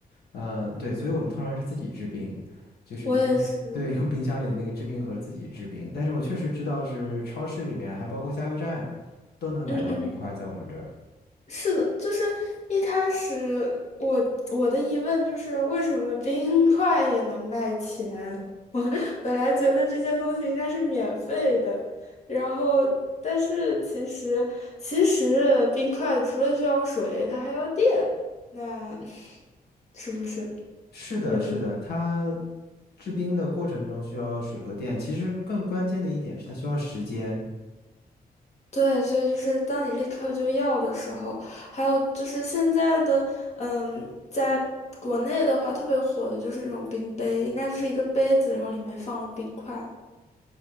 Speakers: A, on the left (about 80°); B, on the left (about 45°).
A: 呃，对，所以我们通常是自己制冰，就是用，
B: 我也是，
A: 对，用冰箱里的那个制冰盒自己制冰。但是我确实知道是超市里面，还包括加油站，都能买到冰块，
B: 嗯嗯。
A: 在我们这儿。
B: 是的，就是一开始我我的疑问就是为什么冰块也能卖钱？<laughs> 我本来觉得这些东西应该是免费的，然后但是其实其实冰块除了需要水，它还要电，那 <laughs> 是不是？
A: 是的，
B: 有？
A: 是的，它制冰的过程中需要水和电，其实更关键的一点是它需要时间。
B: 对，所以就是当你立刻就要的时候，还有就是现在的，嗯，在国内的话特别火的就是那种冰杯，应该就是一个杯子，然后里面放了冰块，